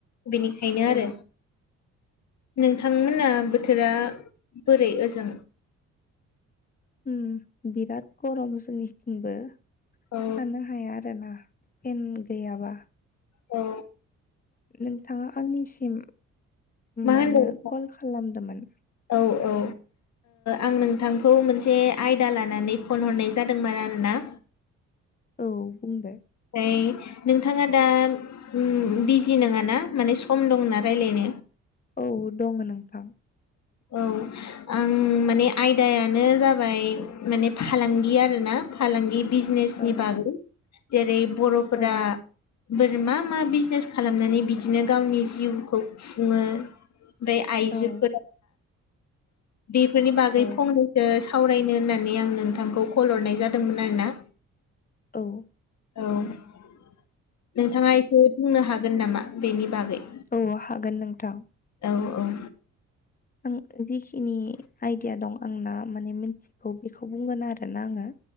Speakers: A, on the left (about 65°); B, on the left (about 30°).
A: बेनिखायनो आरो
B: औ
A: नोंथांमोना बोथोरा बोरै ओजों?
B: उम बिराद गरम जोंनिथिंबो
A: औ
B: थानो हाया आरो ना। पेन गैयाबा
A: औ।
B: नोंथाङा आंनिसिम
A: मा
B: मानो
A: होनदों?
B: कल खालामदोमोन
A: औ औ ओ आं नोंथांखौ मोनसे आयदा लानानै फन हरनाय जादोंमोन आरोना।
B: औ बुं दे।
A: फाय नोंथाङा दा उम बिजि नोङाना माने सम दंना रायलायनो?
B: औ दङो नोंथां।
A: औ आं माने आयदायानो जाबाय माने फालांगि आरोना फालांगि बिज बिजिनेस नि
B: औ
A: बागै जेरै बर'फोरा
B: औ
A: बोरै मा मा बिजिनेस खालामनानै बिदिनो गावनि जिउखौ खुङो। ओमफाय आइजोफोरा
B: औ
A: बेफोरनि बागै
B: औ
A: फंनैसो सावरायनो होननानै आं नोंथांखौ कल हरनाय जादोंमोन आरो ना।
B: औ
A: औ नोंथाङा एसे बुंनो हागोन नामा? बेनि बागै।
B: औ हागोन नोंथां।
A: औ औ
B: आं जिखिनि आयदिया दं आंना माने मिथिगौ बेखौ बुंगोन आरोना आङो।